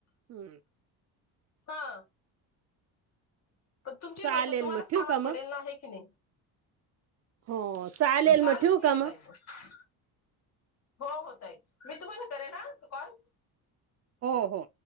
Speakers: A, on the right; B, on the left.
A: हम्म
B: हा पण तुमची
A: चालेल
B: बचत तुम्हालाच
A: मग ठेवू
B: कामात
A: का मग?
B: पडेल आहे की नाही?
A: हो
B: चालेल
A: मग ठेवू
B: ठीक
A: का
B: आहे ताई मग. हो हो ताई मी तुम्हाला करेन हा कॉल.
A: हो हो